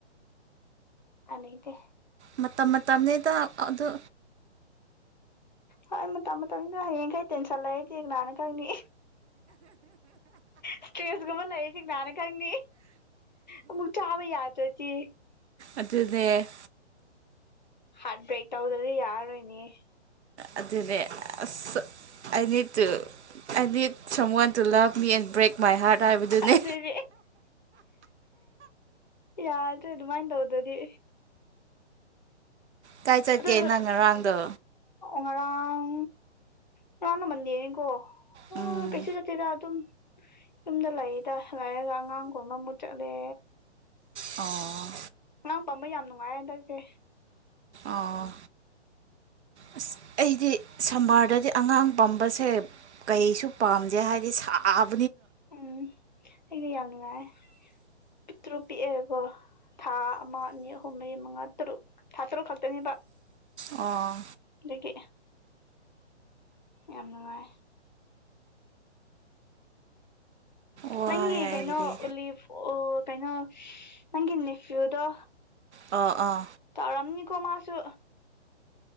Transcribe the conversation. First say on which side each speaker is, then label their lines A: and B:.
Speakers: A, on the left; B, on the right.
A: ꯑꯅꯥꯏꯗ <unintelligible>
B: ꯃꯇꯝ ꯃꯇꯝꯅꯤꯗ ꯑꯗꯨ
A: ꯍꯣꯏ ꯃꯇꯝ ꯃꯇꯝꯅꯤꯗ ꯍꯌꯦꯡꯈꯩ ꯇꯦꯟꯁꯟ ꯂꯩꯔꯗꯤ ꯑꯩ ꯈꯪꯅꯤ ꯁꯇ꯭ꯔꯦꯁꯀꯨꯝꯕ ꯂꯩꯔꯗꯤ ꯅꯍꯥꯟꯅ ꯈꯪꯅꯤ ꯑꯃꯨꯛ ꯆꯥꯕ ꯌꯥꯗ꯭ꯔꯗꯤ
B: ꯑꯗꯨꯅꯦ꯫
A: ꯍꯥꯔꯠ ꯕ꯭ꯔꯦꯛ ꯇꯧꯗꯔ꯭ ꯗꯤ ꯌꯥꯔꯔꯣꯏꯅꯦ꯫
B: ꯑꯗꯨꯅꯦ ꯑꯁ I need to I need someone to love me and break my heart ꯍꯥꯏꯕꯗꯨꯅꯦ
A: ꯑꯗꯨꯅꯦ ꯌꯥꯗ꯭ꯔꯦ ꯑꯗꯨꯃꯥꯏꯅ ꯇꯧ꯫ ꯑꯗꯨꯅꯤ꯫
B: ꯀꯥꯏ ꯆꯠꯀꯦ
A: ꯑꯗꯨ
B: ꯅꯪ ꯉꯔꯥꯡꯗꯣ꯫
A: ꯉꯔꯥꯡ ꯉꯔꯥꯡꯗꯣ ꯃꯟꯗꯦꯅꯦꯀꯣ꯫ ꯑꯣ
B: ꯎꯝ
A: ꯀꯩꯁꯨ ꯆꯠꯇꯦꯗ ꯑꯗꯨꯝ꯫ ꯌꯨꯝꯗ ꯂꯩꯗ ꯂꯩꯔꯒ ꯑꯉꯥꯡꯒꯨꯝꯕ ꯑꯃꯨꯛ ꯆꯠꯂꯦ꯫
B: ꯑꯣ꯫
A: ꯑꯉꯥꯡ ꯄꯝꯕ ꯌꯥꯝ ꯅꯨꯡꯉꯥꯏꯔꯦ ꯍꯟꯗꯛꯁꯦ꯫
B: ꯑꯣ ꯑꯁ ꯑꯩꯗꯤ ꯁꯝꯃꯔꯗꯗꯤ ꯑꯉꯥꯡ ꯄꯝꯕꯁꯦ ꯀꯩꯁꯨ ꯄꯥꯝꯗꯦ ꯍꯥꯏꯗꯤ ꯁꯥꯕ꯫
A: ꯎꯝ ꯑꯩꯗꯤ ꯌꯥꯝ ꯅꯨꯡꯉꯥꯏ꯫ ꯄꯇ꯭ꯔꯨ ꯄꯤꯑꯒꯣ꯫ ꯊꯥ ꯑꯃ ꯑꯅꯤ ꯑꯍꯨꯝ ꯃꯔꯤ ꯃꯉꯥ꯫ ꯇꯔꯨꯛ ꯊꯥ ꯇꯔꯨꯛ ꯈꯛꯇꯅꯤꯕ꯫
B: ꯑꯣ꯫
A: ꯂꯩꯒꯦ꯫ ꯌꯥꯝ ꯅꯨꯡꯉꯥꯏ꯫
B: ꯋꯥꯏ
A: ꯅꯪꯒꯤ
B: ꯑꯩꯒꯤꯗꯤ
A: ꯀꯩꯅꯣ ꯎꯂꯤꯐ ꯑꯣ ꯀꯩꯅꯣ ꯅꯪꯒꯤ ꯅꯦꯐꯌꯨꯗꯣ꯫
B: ꯑ ꯑꯥ꯫
A: ꯇꯧꯔꯝꯅꯤꯀꯣ ꯃꯥꯁꯨ꯫